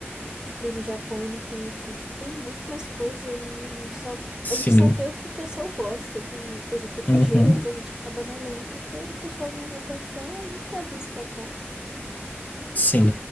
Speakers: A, on the right; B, on the left.
A: que tem no Japão e não tem aqui. Tipo, tem muito mais coisa e a gente só,
B: Sim.
A: a gente só vê o que o pessoal gosta. Tem, por exemplo, outros
B: Uhum.
A: gêneros a gente acaba não lendo porque o pessoal não é tão fã aí não traduz pra cá.
B: Sim.